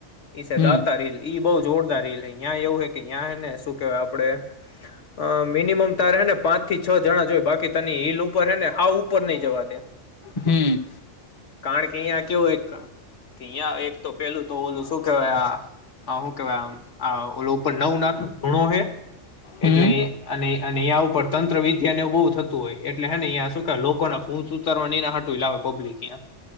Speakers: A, on the left (about 70°); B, on the left (about 30°).
A: ઈ જે
B: હમ
A: દાતા તા હીલ ઈ બોહ જોરદાર હીલ યા એવું હોય કે ત્યાં ને શું કેહેવાય આપણે અ મિનિમમ તારે હેને પાંચ થી છ જણા જોય બાકી તની હીલ ઉપર હે ને હા ઉપર નહી જવા દે
B: હમ
A: કારણ કે અહિયાં કેવું એક કે યાહં એક તો પેલું તો ઓલું શું કેવાય આ હ શું કેવાય આમ ઓ ઉપર નવ નાથ નો ધૂણો હે
B: હમ
A: એટલે અને અહે ઉપર તંત્ર વિદ્યાને બોહ થતું થતું હોય એટલે હેનેં શ લોકોને ભૂત ઉતારવા એના હાટું આવે પબ્લિકં